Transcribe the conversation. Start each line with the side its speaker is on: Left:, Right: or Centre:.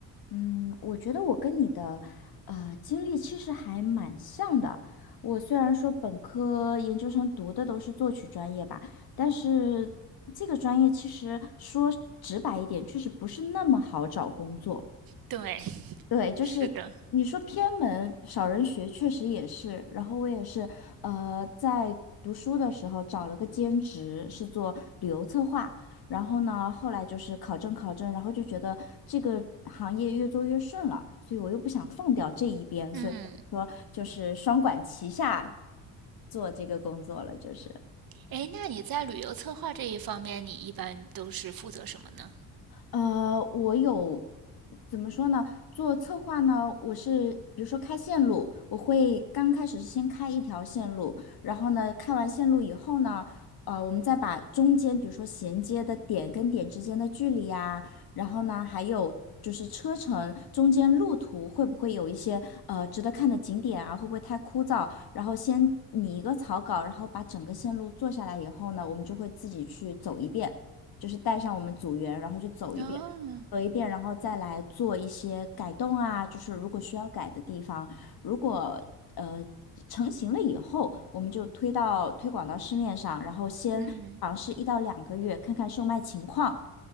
Left: 嗯，我觉得我跟你的呃经历其实还蛮像的。我虽然说本科、研究生读的都是作曲专业吧，但是这个专业其实说直白一点，确实不是那么好找工作。
Right: 对，
Left: 对，
Right: <laughs>
Left: 就是你说偏门少人学，
Right: 是的，
Left: 确实也是。然后我也是，呃，在读书的时候找了个兼职，是做旅游策划。然后呢，后来就是考证考证，然后就觉得这个行业越做越顺了，所以我又不想放掉这一边，所以等于说就是双管齐下
Right: 嗯，
Left: 做这个工作了，就是。
Right: 诶，那你在旅游策划这一方面，你一般都是负责什么呢？
Left: 呃，我有怎么说呢？做策划呢，我是比如说开线路，我会刚开始是先开一条线路，然后呢，开完线路以后呢，呃，我们再把中间比如说衔接的点跟点之间的距离呀，然后呢，还有就是车程中间路途会不会有一些呃值得看的景点啊，会不会太枯燥？然后先拟一个草稿，然后把整个线路做下来以后呢，我们就会自己去走一遍。就是带上我们组员，然后去走一遍，
Right: 哦，
Left: 走一遍，然后再来做一些改动啊，就是如果需要改的地方，如果呃成型了以后，我们就推到推广到市面上，然后先尝试一到两个月，
Right: 嗯，
Left: 看看售卖情况。